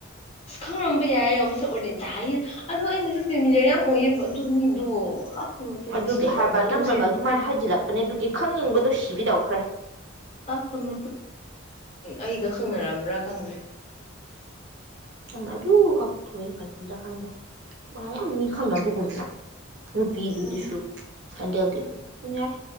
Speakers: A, on the left; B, on the right.
A: ꯑꯁ ꯈꯪꯔꯝꯕ ꯌꯥꯏꯌꯦ ꯃꯁꯛ ꯑꯣꯏꯗꯤ ꯆ ꯑꯗꯣ ꯑꯩꯅꯁꯨ ꯐꯦꯃꯤꯂꯤꯔ ꯌꯥꯝ ꯑꯣꯏꯌꯦꯕ ꯑꯗꯨ ꯃꯤꯗꯣ ꯃꯇꯨ
B: ꯑꯗꯨꯒꯤ
A: ꯊꯤꯕ
B: ꯍꯥꯏꯕ
A: ꯑꯣꯏꯔ ꯃꯇꯨꯁꯦ
B: ꯅꯪꯅꯒ
A: ꯑꯩꯈꯣꯏ
B: ꯑꯗꯨꯃꯥꯏꯅ ꯍꯥꯏꯖꯤꯜꯂꯛꯄꯅꯦ ꯑꯗꯨꯒꯤ ꯈꯪꯅꯤꯡꯕꯗꯣ ꯁꯤꯕꯤ ꯇꯧꯈ꯭ꯔꯦ
A: ꯀ꯭ꯂꯥꯁꯇꯨꯪ ꯑꯩꯒ ꯈꯪꯅꯔꯝꯕ꯭ꯔꯥ ꯈꯪꯗ꯭꯭ꯔꯔꯤ
B: ꯅꯪꯅ ꯑꯗꯨ ꯈꯛ ꯄꯨꯊꯣꯛꯑꯦ ꯀꯖꯤꯗ ꯈꯪꯗꯦ ꯋꯥ ꯌꯥꯝ ꯃꯤ ꯈꯪꯅꯕꯒꯨꯝꯅ ꯅꯨꯄꯤꯗꯨꯗꯁꯨ
A: ꯎꯝ
B: ꯑ ꯌꯥꯔ